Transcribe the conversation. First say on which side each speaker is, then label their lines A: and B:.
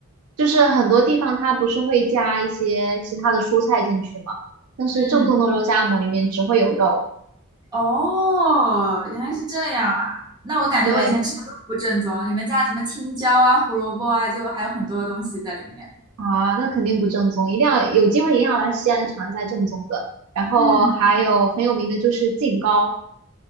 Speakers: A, on the right; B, on the right.
A: 就是很多地方它不是会加一些其他的蔬菜进去吗？但是正宗的肉夹馍里面只会有肉。
B: 嗯，哦，原来是这样啊！那我感觉我以前吃的都不正宗，
A: 对
B: 里面加了什么青椒啊、胡萝卜啊，就还有很多东西在里面。
A: 啊，那肯定不正宗，一定要有机会一定要来西安尝一下正宗的。然后还有很有名的就是晋糕，
B: 嗯，